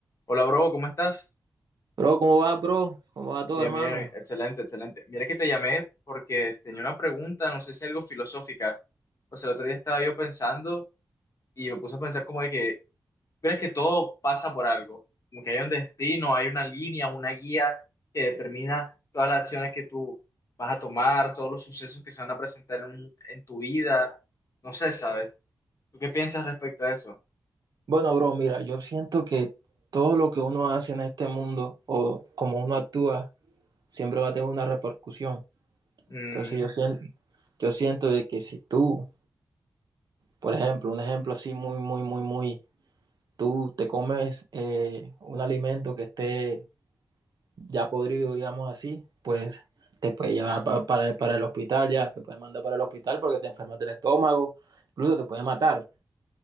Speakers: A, on the left; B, on the right.
A: Hola, bro, ¿cómo estás?
B: Bro, ¿cómo va, bro? ¿Cómo va todo,
A: Bien,
B: hermano?
A: bien, excelente, excelente. Mira que te llamé porque tenía una pregunta, no sé si algo filosófica. Pues el otro día estaba yo pensando y me puse a pensar como de que, ¿crees que todo pasa por algo? Como que hay un destino, hay una línea, una guía que determina todas las acciones que tú vas a tomar, todos los sucesos que se van a presentar en, en tu vida. No sé, ¿sabes? ¿Tú qué piensas respecto a eso?
B: Bueno, bro, mira, yo siento que todo lo que uno hace en este mundo o como uno actúa, siempre va a tener una repercusión.
A: Mm,
B: Entonces yo siento, yo siento de que si tú, por ejemplo, un ejemplo así muy, muy, muy, muy, tú te comes eh, un alimento que esté ya podrido, digamos así, pues te puede llevar pa- para, para el hospital ya, te puede mandar para el hospital porque te enfermas del estómago, incluso te puede matar.